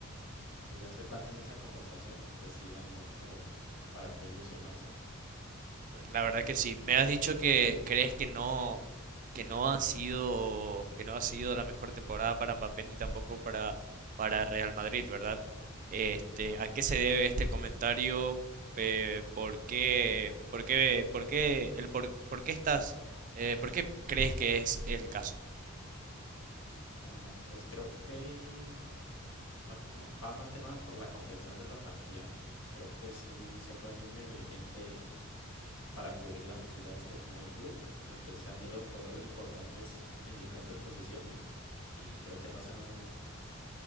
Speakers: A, on the left (about 85°); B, on the right (about 40°).
A: que ya se plantea en esa conversación, pues sí da mucho para qué ilusionarse.
B: La verdad que sí. Me has dicho que crees que no, que no ha sido, que no ha sido la mejor temporada para Mbappé ni tampoco para, para Real Madrid, ¿verdad? Este, ¿a qué se debe este comentario? Eh, ¿por qué, por qué, por qué, el por, por qué estás, eh, por qué crees que es el caso?
A: Eh, pues creo que ma- va más que nada por la confección de la plantilla. Creo que sí se fue muy negligente para cubrir las necesidades que tenía el club, porque se han ido jugadores importantes en diferentes posiciones y creo que no se han